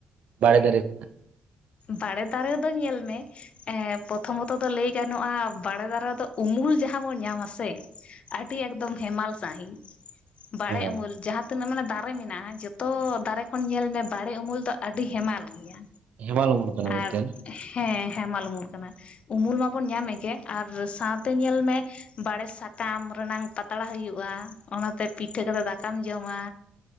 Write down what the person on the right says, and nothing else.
ᱵᱟᱲᱮ ᱫᱟᱨᱮ ᱠᱷᱚᱱᱟᱜ
ᱦᱮᱸ
ᱦᱮᱣᱟᱟᱞ ᱩᱢᱞ ᱠᱟᱱᱟ
ᱢᱤᱫᱴᱝ